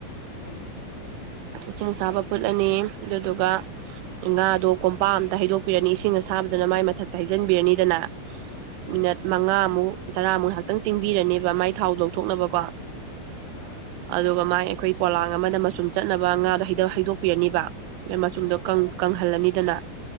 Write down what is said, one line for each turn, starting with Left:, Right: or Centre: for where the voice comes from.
Left: ꯎꯝ
Right: ꯏꯁꯤꯡ ꯑꯁꯥꯕ ꯐꯨꯠꯂꯅꯤ ꯑꯗꯨꯗꯨꯒ ꯉꯥꯗꯣ ꯀꯣꯝꯄꯥꯛ ꯑꯝꯗ ꯍꯩꯗꯣꯛꯄꯤꯔꯅꯤ ꯏꯁꯤꯡ ꯑꯁ ꯊꯥꯕꯗꯨꯅ ꯃꯥꯏ ꯃꯊꯛꯇ ꯍꯩꯖꯤꯟꯕꯤꯔꯅꯤꯗꯅ
Left: ꯎꯝ
Right: ꯃꯤꯅꯠ ꯃꯉꯥꯃꯨꯛ ꯇꯔꯥꯃꯨꯛ ꯉꯥꯍꯛꯇꯪ ꯇꯤꯡꯕꯤꯔꯅꯤꯕ ꯃꯥꯏ ꯊꯥꯎ ꯂꯧꯊꯣꯛꯅꯕꯀꯣ
Left: ꯑꯥ
Right: ꯑꯗꯨꯒ ꯃꯥꯏ ꯑꯩꯈꯣꯏ ꯄꯣꯂꯥꯡ ꯑꯃꯗ ꯃꯆꯨꯝ ꯆꯠꯅꯕ ꯉꯥꯗꯣ ꯍꯩꯗ ꯍꯩꯗꯣꯛꯄꯤꯔꯅꯤꯕ ꯃꯆꯨꯝꯗꯣ
Left: ꯑꯣ
Right: ꯀꯪ ꯀꯪꯍꯜꯂꯅꯤꯗꯅ